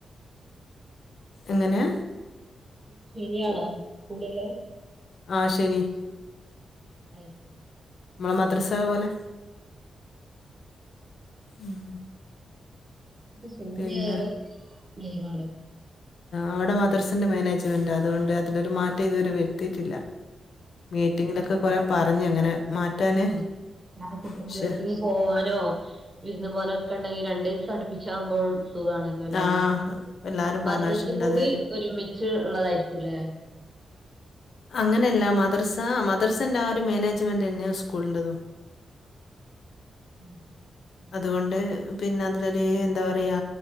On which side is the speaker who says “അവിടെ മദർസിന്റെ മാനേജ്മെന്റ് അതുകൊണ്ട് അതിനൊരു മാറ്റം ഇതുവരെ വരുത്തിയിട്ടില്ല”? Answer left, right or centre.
Left